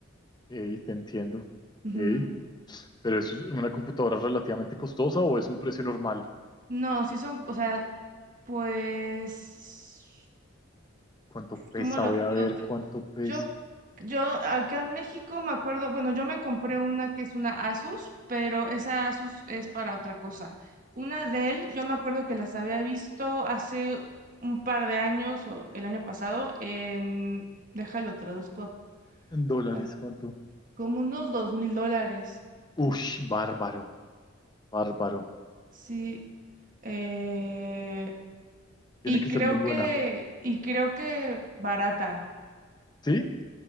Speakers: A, on the left; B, on the right.
A: Ok, te entiendo. Ok.
B: Ujú.
A: Pero eso es una computadora relativamente costosa o es un precio normal?
B: No, sí son, o sea, pues,
A: ¿Cuánto pesa?
B: ¿cómo lo
A: Voy
B: veo?
A: a ver cuánto pesa.
B: Yo, yo acá en México me acuerdo, bueno, yo me compré una que es una Asus, pero esa Asus es para otra cosa. Una Dell yo me acuerdo que las había visto hace un par de años o el año pasado en, déjalo traduzco,
A: En dólares,
B: a-
A: ¿cuánto?
B: como unos dos mil dólares,
A: Ush, bárbaro, bárbaro.
B: sí. Eh,
A: Tiene
B: y
A: que
B: creo
A: ser muy buena.
B: que, y creo que barata.
A: ¿Sí?